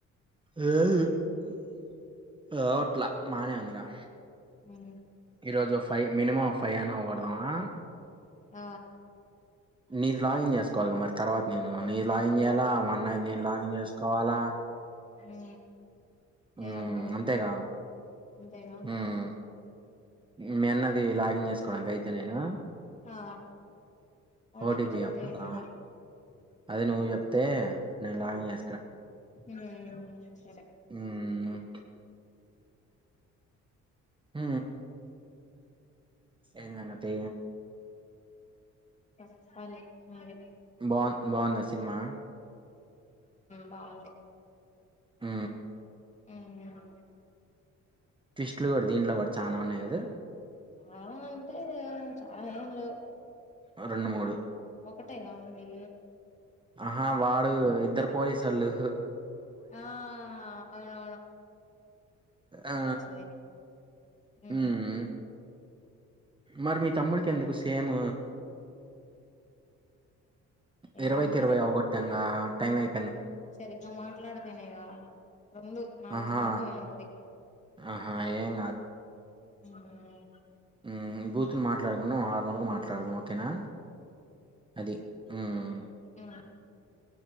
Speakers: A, on the right (about 15°); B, on the left (about 25°).
A: ఏ <unintelligible> <unintelligible> బాగానే ఉందిగా
B: ఉమ్
A: ఈరోజుఫ్ ఫై మినిమమ్ ఫైవ్ అయినా అవకోడుదామా
B: ఆ
A: నీది లాగిన్ చేసుకోవాలగా మరి తర్వాత నేను లాగిన్ చేయాలా ఆమనంది నేను లాగిన్ చేసుకోవాలా
B: అ
A: హ్మ్.
B: ఏమోమారి
A: అంతేగా.
B: అంతేగా
A: హ్మ్. మీ అన్నది లాగిన్ చేసుకోవడాక అయితే నేను
B: ఆ ఓ
A: ఓటీపీ
B: టీ పీ చెప్పు
A: చెప్పాలా?
B: అయింతే
A: అదే నువ్వు చెప్తే నేను లాగింగ్ చే
B: హ ఆ సరే <inaudible>
A: హ్మ్. హ ఎందంటే
B: ఫస్ట్ ఫాల్ <inaudible>
A: బాగు బాగుందా సినిమా
B: బాగుంది
A: ఆ
B: <unintelligible>
A: ఫిస్ట్లు కూడా దీంట్లో కూడా చానా ఉన్నాయికాదు
B: చాలా అంటే చాల ఎమ్ లేవు
A: ఓ రెండు మూడు
B: ఒకటేగా ఉంది
A: ఆహా వాడు ఇద్దరు పోలీసోలు
B: ఆ అవునవున్ వున్
A: ఆ
B: ఎప్ వచ్చింది హూ
A: ఉమ్ మరి మీ తమ్ముడికి ఎందుకు సేమ్
B: ఏం
A: ఇరవైకి
B: మరి
A: ఇరవై ఆవగొట్టంగా టైమ్ అయి
B: సరిగ్గా మాట్లాడతేనేగా, రెండు నాక్
A: ఆహా
B: తెలిసి రెండు అయి ఉంటది.
A: ఆహా ఏం
B: హ్ హూ
A: మ్మ్ బూతుని మాట్లాడుకున్నా నార్మల్గా మాట్లాడదాం ఓకేనా అది. హ్మ్
B: ఆ